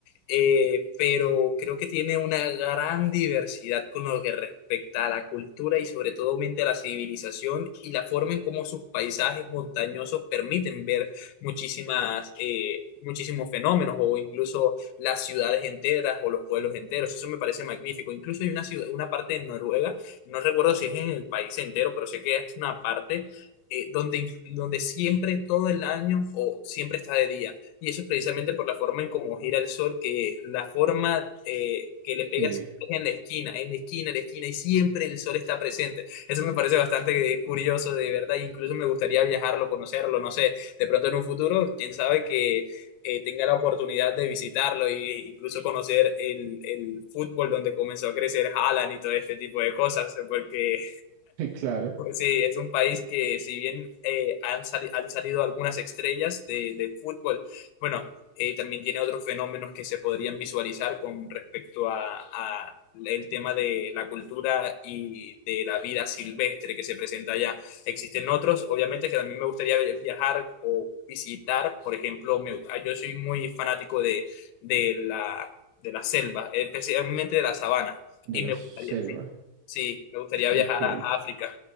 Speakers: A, on the left; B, on the right.
A: eh, pero creo que tiene una gran diversidad con lo que respecta a la cultura y sobre todo mente a la civilización y la forma en cómo sus paisajes montañosos permiten ver muchísimas, eh, muchísimos fenómenos o incluso las ciudades enteras o los pueblos enteros. Eso me parece magnífico. Incluso hay una ciudad, una parte en Noruega, no recuerdo si es en el país entero, pero sé que es una parte eh, donde, donde siempre todo el año o siempre está de día. Y eso es precisamente por la forma en cómo gira el sol, que es la forma eh, que le pegas
B: Y,
A: en la esquina, en la esquina, en la esquina, y siempre el sol está presente. Eso me parece bastante curioso, de verdad. e Incluso me gustaría viajarlo, conocerlo, no sé, de pronto en un futuro, quién sabe que eh, tenga la oportunidad de visitarlo e incluso conocer el, el fútbol donde comenzó a crecer Haaland y todo este tipo de cosas, porque
B: y <laughs> claro,
A: pues, Sí, es un país que si bien eh, han, sali- han salido algunas estrellas de- del fútbol, bueno, eh, también tiene otros fenómenos que se podrían visualizar con respecto a, a el tema de la cultura y de la vida silvestre que se presenta allá. Existen otros, obviamente, que también me gustaría viajar o visitar. Por ejemplo, me- yo soy muy fanático de, de la, de la selva, especialmente de la sabana,
B: de
A: y
B: la
A: me gustaría,
B: selva.
A: sí, sí, me gustaría
B: Ok.
A: viajar a África